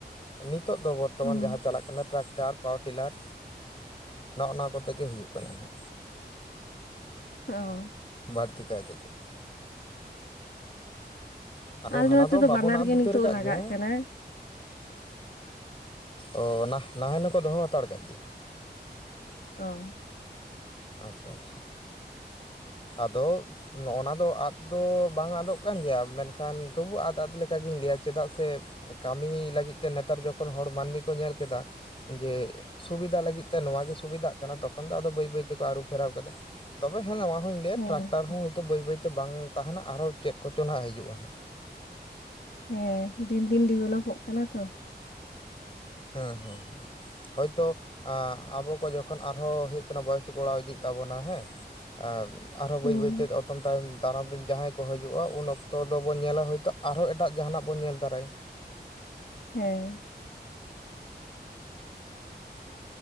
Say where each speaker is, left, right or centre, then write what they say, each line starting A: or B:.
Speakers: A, on the left; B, on the left.
A: ᱱᱤᱛᱚᱜ ᱫᱚ ᱵᱚᱨᱛᱚᱢᱟᱱ
B: ᱦᱩᱸ
A: ᱡᱟᱦᱟᱸ ᱪᱟᱞᱟᱜ ᱠᱟᱱᱟ ᱴᱨᱟᱠᱴᱟᱨ, ᱯᱟᱣᱟᱨ ᱴᱤᱞᱟᱨ ᱱᱚᱜᱼᱚ ᱱᱟ ᱠᱚᱛᱮ ᱜᱮ ᱦᱩᱭᱩᱜ ᱠᱟᱱᱟ ᱦᱟᱸᱜ᱾
B: ᱚᱸ
A: ᱵᱟᱲᱛᱤ ᱠᱟᱹᱭ ᱛᱮᱫᱚ᱾ ᱟᱫᱚ
B: ᱟᱞᱮ
A: ᱦᱟᱱᱟ
B: ᱱᱚᱛᱮ
A: ᱫᱚ ᱵᱟᱵᱚᱱ
B: ᱵᱟᱱᱟᱨ
A: ᱟᱫ
B: ᱜᱮ
A: ᱩᱛᱟᱹᱨ
B: ᱱᱤᱛᱚᱜ
A: ᱠᱫ
B: ᱞᱟᱜᱟᱜ
A: ᱜᱮᱭᱟᱮᱸ᱾
B: ᱠᱟᱱᱟ
A: ᱚ ᱱᱟᱦ ᱱᱟᱦᱮᱞ ᱦᱚᱸᱠᱚ ᱫᱚᱦᱚ ᱦᱟᱛᱟᱲ ᱠᱟᱜ ᱜᱮᱭᱟ?
B: ᱚ
A: ᱟᱪᱷᱟ ᱟᱪᱷᱟ ᱟᱫᱚ ᱚᱱᱟ ᱫᱚ ᱟᱫ ᱫᱚ ᱵᱟᱝ ᱟᱫᱚᱜ ᱠᱟᱱ ᱜᱮᱭᱟ ᱢᱮᱱᱠᱷᱟᱱ ᱛᱚᱵᱩ ᱟᱫ ᱟᱫ ᱞᱮᱠ ᱜᱤᱧ ᱞᱟᱹᱭᱟ ᱪᱮᱫᱟᱜ ᱥᱮ ᱠᱟᱹᱢᱤ ᱞᱟᱹᱜᱤᱫ ᱛᱮ ᱱᱮᱛᱟᱨ ᱡᱚᱠᱷᱚᱱ ᱦᱚᱲ ᱢᱟᱹᱱᱢᱤ ᱠᱚ ᱧᱮᱞ ᱠᱮᱫᱟ ᱡᱮ ᱥᱩᱵᱤᱫᱷᱟ ᱞᱟᱹᱜᱤᱫ ᱛᱮ ᱱᱚᱣᱟ ᱜᱮ ᱥᱩᱵᱤᱫᱷᱟᱜ ᱠᱟᱱᱟ ᱛᱚᱠᱷᱚᱱ ᱫᱚ ᱟᱫᱚ ᱵᱟᱹᱭ ᱵᱟᱹᱭ ᱛᱮᱠᱚ ᱟᱹᱨᱩ ᱯᱷᱮᱨᱟᱣ ᱠᱮᱫᱟ ᱛᱚᱵᱮ ᱦᱮᱸ ᱱᱚᱣᱟ ᱦᱚᱸᱧ
B: ᱦᱮᱸ
A: ᱴᱨᱟᱠᱴᱟᱨ ᱦᱚᱸ ᱦᱳᱭᱛᱳ ᱵᱟᱹᱭ ᱵᱟᱹᱭᱛᱮ ᱵᱟᱝ ᱛᱟᱦᱮᱱᱟ ᱟᱨᱦᱚᱸ ᱪᱮᱫ ᱠᱚᱪᱚᱝ ᱱᱟᱦᱟᱜ ᱦᱤᱡᱩᱜᱼᱟ ᱱᱟᱦᱟᱸᱜ᱾
B: ᱦᱮᱸ ᱫᱤᱱ ᱫᱤᱱ ᱰᱮᱵᱷᱮᱞᱚᱯᱚᱜ ᱠᱟᱱᱟ ᱛᱚ᱾
A: ᱦᱮᱸ ᱦᱮᱸ ᱦᱮᱸ ᱦᱳᱭᱛᱚ ᱟᱵᱚ ᱠᱚ ᱡᱚᱠᱷᱚᱱ ᱟᱨᱦᱚᱸ ᱦᱩᱭᱩᱜ ᱠᱟᱱᱟ ᱵᱚᱭᱚᱥ ᱜᱚᱲᱟᱣ ᱤᱫᱤᱜ ᱛᱟᱵᱚᱱᱟ ᱦᱮᱸ, ᱮᱸ ᱟᱨᱦᱚᱸ
B: ᱦᱩᱸ
A: ᱵᱟᱹᱭ ᱵᱟᱹᱭ ᱛᱮ ᱚᱛᱚᱢ ᱛᱟᱭᱚᱢ ᱫᱟᱨᱟᱢᱨᱮ ᱡᱟᱦᱟᱸᱭ ᱠᱚ ᱦᱤᱡᱩᱜᱼᱟ ᱩᱱ ᱚᱠᱛᱚ ᱫᱚᱵᱚᱱ ᱧᱮᱞᱟ ᱦᱳᱭᱛᱳ ᱟᱨᱦᱚᱸ ᱮᱴᱟᱜ ᱡᱟᱦᱟᱱᱟᱜ ᱵᱚᱱ ᱧᱮᱞ ᱫᱟᱨᱟᱭᱟ᱾
B: ᱦᱮᱸ